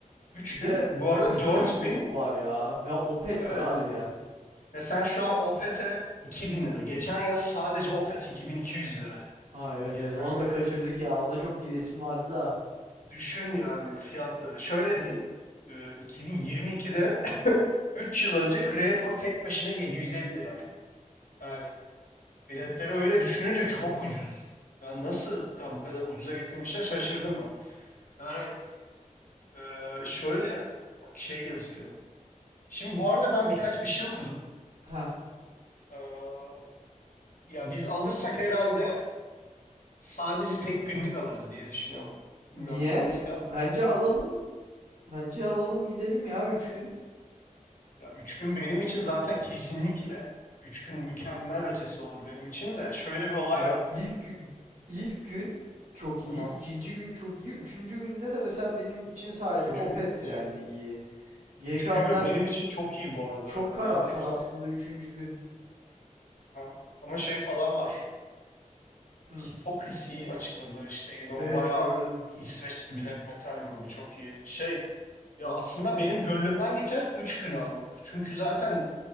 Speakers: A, on the left (about 80°); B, on the right (about 80°).
A: Üç
B: Bir
A: gün
B: de
A: bu
B: bir
A: arada
B: sürü
A: dört
B: grup
A: bin.
B: var ya. Ya Opet
A: evet
B: var abi ya.
A: Ya sen şu an Opet'e 2000 lira. Geçen yaz sadece Opet 2200 liraydı.
B: Aa evet
A: Geçen
B: evet onu
A: yaz.
B: da kaçırdık ya. Ona çok gidesim vardı da.
A: Düşün yani fiyatları. Şöyle diyeyim. e, 2022'de <laughs> 3 yıl önce Creator tek başına 750 liraydı. Yani biletleri öyle düşününce çok ucuz. Yani nasıl ta bu kadar ucuza getirmişler şaşırdım ben. Yani e, şöyle bak şey yazıyor. Şimdi bu arada ben birkaç bir şey okudum.
B: Ha
A: E, ya biz alırsak herhalde sadece tek günlük alırız diye düşünüyorum. Bilmiyorum
B: niye?
A: sen ne diyorsun?
B: Bence alalım. Bence alalım gidelim ya 3 gün.
A: Ya üç gün benim için zaten kesinlikle üç gün mükemmel ötesi olur benim için de. Şöyle bir olay
B: Ya
A: var.
B: ilk gü- ilk gün çok iyi,
A: Aha.
B: ikinci gün çok iyi, üçüncü günde de mesela benim için sadece
A: Üçüncü
B: Opet
A: gün feci.
B: yani iyi. Geri
A: Üçüncü
B: kalanlar
A: gün benim için çok iyi bu arada.
B: Çok karamsar
A: Yani hepsi.
B: aslında üçüncü gün.
A: Aha. Ama şey falan var.
B: Hı,
A: Hipokrisi'yi açıkladılar işte yeni
B: evet
A: o bayağı
B: gördüm.
A: İsveçli bir death metal grubu çok iyi. Şey ya aslında benim gönlümden geçen üç gün almak. Çünkü zaten